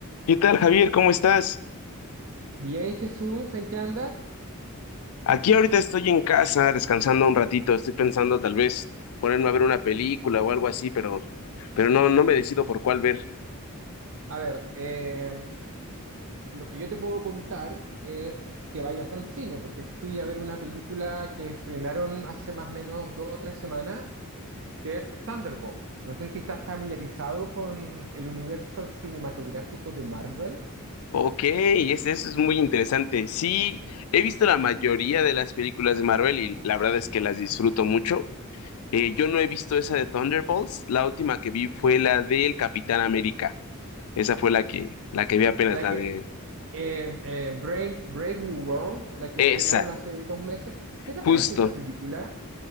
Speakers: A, on the left; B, on the right.
A: ¿Qué tal, Javier? ¿Cómo estás?
B: Bien, Jesús, ¿en qué andas?
A: Aquí ahorita estoy en casa descansando un ratito. Estoy pensando tal vez ponerme a ver una película o algo así, pero, pero no, no me decido por cuál ver.
B: A ver, em, lo que yo te puedo contar es que vayas al cine, porque fui a ver una película que estrenaron hace más o menos dos o tres semanas, que es Thunderbolts. No sé si estás familiarizado con el universo cinematográfico de Marvel,
A: Ok, es- eso es muy interesante. Sí, he visto la mayoría de las películas de Marvel y la verdad es que las disfruto mucho. Eh, yo no he visto esa de Thunderbolts. La última que vi fue la del Capitán América. Esa fue la que, la que vi apenas,
B: la
A: la
B: que
A: de
B: eh, eh, Brave, Brave New World, la que
A: esa,
B: estrenaron hace dos meses. ¿Qué te
A: justo.
B: pareció esa película?